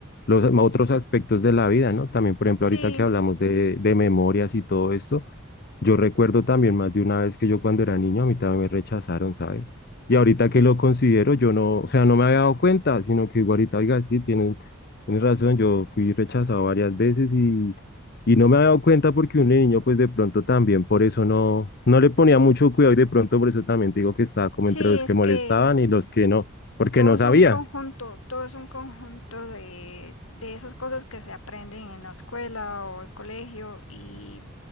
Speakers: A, on the left; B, on the left.
A: los otros aspectos de la vida, ¿no? También, por ejemplo,
B: Sí,
A: ahorita que hablamos de, de memorias y todo esto, yo recuerdo también más de una vez que yo cuando era niño a mí también me rechazaron, ¿sabes? Y ahorita que lo considero, yo no, o sea, no me había dado cuenta, sino que digo ahorita, oiga, sí, tienen, tienen razón, yo fui rechazado varias veces y, y no me había dado cuenta porque un niño, pues de pronto también, por eso no, no le ponía mucho cuidado y de pronto por eso también te digo que estaba como
B: sí,
A: entre los
B: es
A: que
B: que
A: molestaban y los que no, porque
B: Todo
A: no
B: es
A: sabía.
B: un conjunto, todo es un conjunto de, de esas cosas que se aprenden en la escuela o el colegio y,